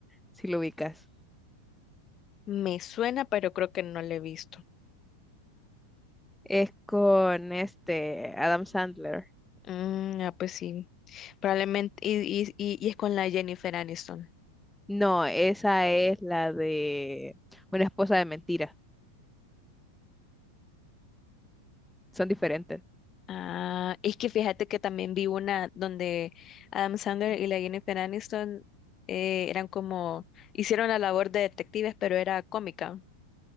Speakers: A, in the centre; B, on the left.
A: si lo ubicas.
B: Me suena, pero creo que no la he visto.
A: Es con este Adam Sandler.
B: Mm, ah, pues sí. Probablemente, y, y, y y es con la Jennifer Aniston.
A: No, esa es la de Una esposa de mentira. Son diferentes.
B: Ah, es que fíjate que también vi una donde Adam Sandler y la Jennifer Aniston eh, eran como, hicieron la labor de detectives, pero era cómica